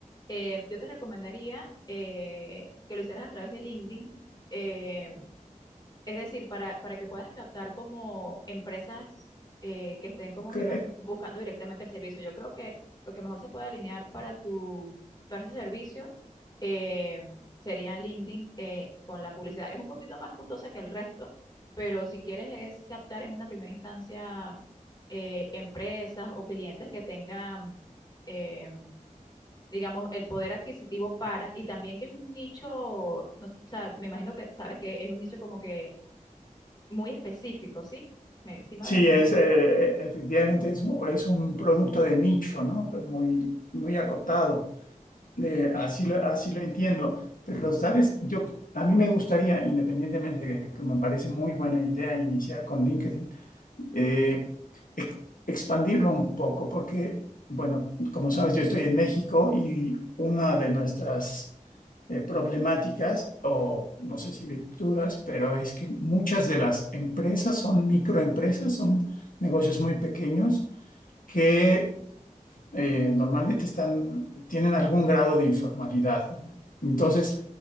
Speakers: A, on the left (about 30°); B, on the left (about 80°).
A: eh, yo te recomendaría eh, que lo hicieras a través de LinkedIn. Eh, es decir, para, para que puedas captar como empresas eh, que estén como
B: ok.
A: que más buscando directamente el servicio. Yo creo que lo que mejor se puede alinear para tu, para ese servicio eh, sería LinkedIn eh, con la publicidad. Es un poquito más costosa que el resto, pero si quieres es captar en una primera instancia eh, empresas o clientes que tengan, eh, digamos, el poder adquisitivo para, y también que es un nicho, no s- o sea, me imagino que sabes que es un nicho como que muy específico, ¿sí? Me, sí me
B: Sí,
A: voy a entender.
B: es, eh, eh, efectivamente es, un- es un producto de nicho, ¿no? Muy, muy acotado. Eh, así lo, así lo entiendo. Pero, ¿sabes? Yo, a mí me gustaría, independientemente de que me parece muy buena idea iniciar con LinkedIn, eh, ex- expandirlo un poco, porque, bueno, como sabes, yo estoy en México y una de nuestras eh, problemáticas, o no sé si virtudes, pero es que muchas de las empresas son microempresas, son negocios muy pequeños que eh, normalmente están, tienen algún grado de informalidad. Entonces,